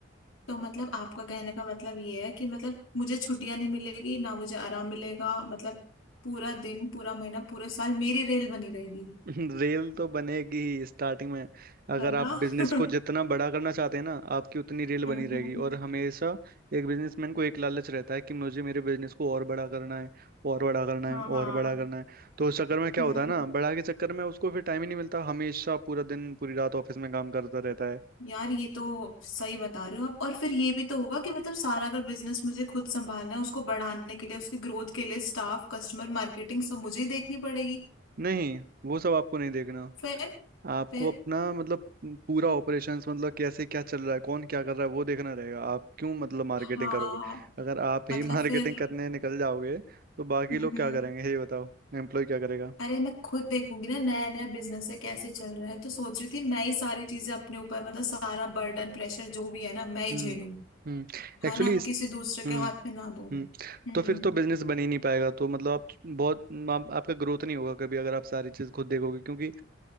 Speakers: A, on the left (about 85°); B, on the right (about 45°).
A: तो मतलब आपका कहने का मतलब ये है कि मतलब मुझे छुट्टियां नहीं मिलेगी ना मुझे आराम मिलेगा मतलब पूरा दिन पूरा महीना पूरे साल मेरी रेल बनी रहेगी
B: <laughs> रेल तो बनेगी ही स्टार्टिंग में अगर
A: है ना
B: आप बिजनेस
A: <laughs> हम्म
B: को जितना बड़ा करना चाहते हैं ना आपकी उतनी रेल
A: हम्म
B: बनी रहेगी और हमेशा एक बिजनेसमैन को एक लालच रहता है कि मुझे मेरे बिजनेस को और बड़ा करना है और बड़ा करना
A: हाँ
B: है
A: हाँ
B: और बड़ा करना है तो उस चक्कर में क्या
A: हम्म
B: होता है ना बड़ा के चक्कर में उसको फिर टाइम ही नहीं मिलता हमेशा पूरा दिन पूरी रात ऑफिस में काम करता रहता है
A: यार ये तो सही बता रहे हो आप और फिर ये भी तो होगा कि मतलब सारा अगर बिजनेस मुझे खुद संभालना है उसको बढ़ाने के लिए उसकी ग्रोथ के लिए स्टाफ कस्टमर मार्केटिंग सब मुझे ही देखनी पड़ेगी
B: नहीं वो सब आपको नहीं देखना
A: फिर
B: आपको
A: फिर
B: अपना मतलब पूरा ऑपरेशंस मतलब कैसे क्या चल रहा है कौन क्या कर रहा है वो देखना रहेगा आप क्यों मतलब मार्केटिंग
A: हाँ
B: करोगे अगर आप
A: मतलब
B: ही <laughs> मार्केटिंग
A: फिर
B: करने निकल जाओगे तो बाकी
A: हम्म
B: लोग
A: हम्म
B: क्या करेंगे ये बताओ एम्प्लॉय क्या करेगा
A: अरे मैं खुद देखूंगी ना नया नया बिजनेस है कैसे चल रहा है तो सोच रही थी मैं ही सारी चीजें अपने ऊपर मतलब सारा बर्डन प्रेशर जो भी है ना मैं ही
B: हम्म
A: झेलूं
B: हम्म
A: है
B: एक्चुअली
A: ना
B: इस
A: किसी दूसरे के
B: हम्म
A: हाथ में ना दूं
B: हम्म
A: हम्म
B: तो फिर तो बिजनेस बन ही नहीं पाएगा तो मतलब आप बहुत आप, आपका ग्रोथ नहीं होगा कभी अगर आप सारी चीज खुद देखोगे क्योंकि